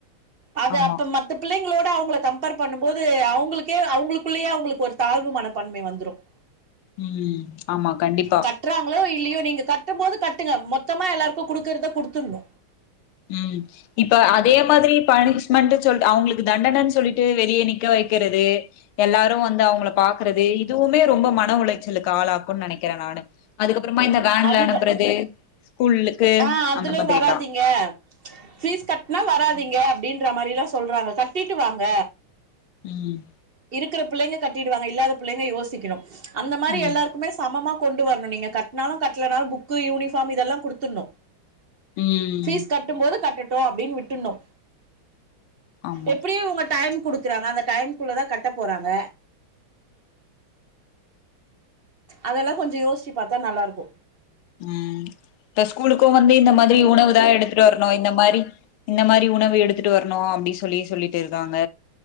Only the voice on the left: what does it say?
ஆமா
ம் ஆமா கண்டிப்பா
ம் இப்ப அதே மாதிரி பையனுக்கு மட்டு சொல் அவங்களுக்கு தண்டனைன்னு சொல்லிட்டு வெளிய நிக்க வைக்கிறது எல்லாரு வந்து அவங்கள பாக்குறது இதுவுமே ரொம்ப மன உளைச்சலுக்கு ஆளாக்குன்னு நெனைக்கிறே நானு அதுக்கப்பறமா இந்த வேன்ல
அனுப்பறது ஸ்கூல்லுக்கு
அந்த மாதிரில்லா
ம்
ம்
ம்
ஆமா
ம் இப்ப ஸ்கூலுக்கு வந்து இந்த மாத்ரி உணவு தா எடுத்துரு வர்ணு இந்த மாரி இந்த மாரி உணவு எடுத்துட்டு வர்ணு அப்டி சொல்லி சொல்லிட்டு இருக்காங்க